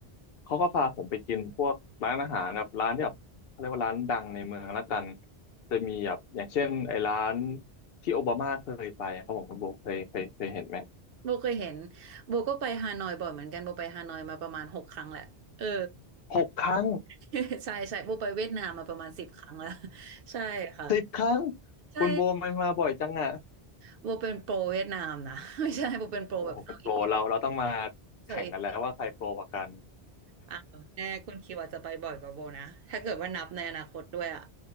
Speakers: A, on the left; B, on the right.
A: เขาก็พาผมไปกินพวกร้านอาหารแบบร้านที่แบบเขาเรียกว่าร้านดังในเมืองละกันจะมีแบบอย่างเช่นไอ้ร้านที่โอบามาเคยไปครับผมคุณโบเคยเคยเคยเห็นไหม
B: โบเคยเห็นโบก็ไปฮานอยบ่อยเหมือนกันโบไปฮานอยมาประมาณหกครั้งแหละเออ
A: หกครั้ง
B: <laughs> ใช่ใช่โบไปเวียดนามมาประมาณสิบครั้งแล้ว <laughs> ใช่ค่ะ
A: สิบครั้ง
B: ใช่
A: คุณโบมันมาบ่อยจังอ่ะ
B: โบเป็นโปรเวียดนามนะ <laughs> ไม่ใช่โบเป็นโปรแบบเซาท์อีส
A: โอ้โหเป็นโปรเราเราต้องมา
B: เซาท์อีส
A: แข่งกันแล้วว่าใครโปรกว่ากัน
B: อ่าแน่คุณคิวอาจจะไปบ่อยกว่าโบนะถ้าเกิดว่านับในอนาคตด้วยอ่ะ